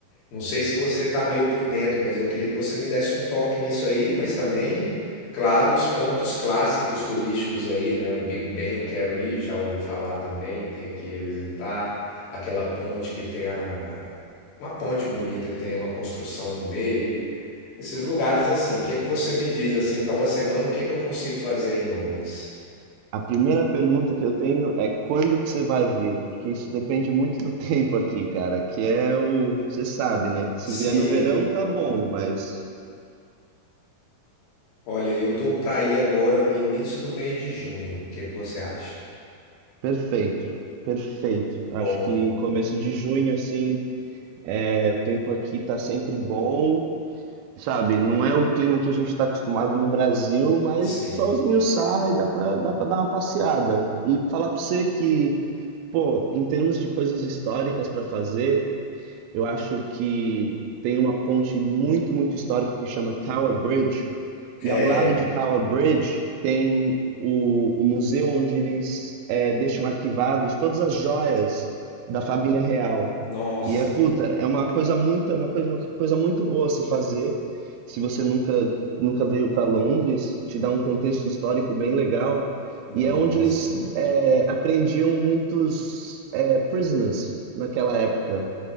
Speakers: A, on the left; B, on the right.
A: não sei se você está meio por dentro, mas eu queria que você me desse um toque nisso aí, mas também, claro, os pontos clássicos turísticos aí, né? O Big Ben eu quero ir, já ouvi falar também, tenho que ir visitar aquela ponte que tem a uma ponte bonita que tem uma construção no meio, esses lugares assim. O que é que você me diz assim para uma semana, o que é que eu consigo fazer em Londres?
B: A primeira pergunta que eu tenho é quando que você vai vir? Porque isso depende muito do <laughs> tempo aqui, cara, que é o, você sabe, né? Se
A: Sim,
B: vier no verão, tá bom, mas
A: olha, eu tô para ir agora no início do mês de junho. O que é que você acha?
B: perfeito, perfeito.
A: Bom,
B: Acho que começo de junho, assim, é, o tempo aqui tá sempre bom. Sabe, não é o clima que a gente está acostumado no Brasil, mas
A: sim.
B: solzinho sai, dá pra, dá pra dar uma passeada. E falar pra você que, pô, em termos de coisas históricas para fazer, eu acho que tem uma ponte muito, muito histórica que chama Tower Bridge. E
A: É,
B: ao lado de Tower Bridge tem o, o museu onde eles é, deixam arquivados todas as joias da família real.
A: Nossa,
B: E é puta, é uma coisa muito, é uma coisa, uma coisa muito boa a se fazer. Se você nunca, nunca veio para Londres, te dá um contexto histórico bem legal.
A: nossa.
B: E é onde eles é, apreendiam muitos é, prisoners naquela época